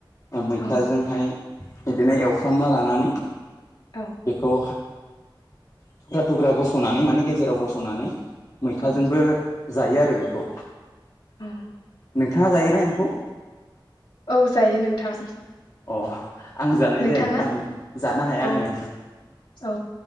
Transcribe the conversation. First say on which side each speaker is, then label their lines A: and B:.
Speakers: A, on the left (about 40°); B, on the left (about 70°).
A: मैथाजोंहाय।
B: अ
A: बिदिनो एवफ्रामना लानानै।
B: औ।
A: बेखौ थुख्रा थुख्रा बस'नानै माने गेजेराव बस'नानै। मैथाजोंबो।
B: औ
A: जायो आरो बेखौ।
B: औ।
A: नोंथाङा जायोना एम्फौ।
B: औ जायो नोंथां।
A: अ। आं जानाय
B: नोंथाङा
A: जाया नोंथां जानो हाया आङो
B: औ औ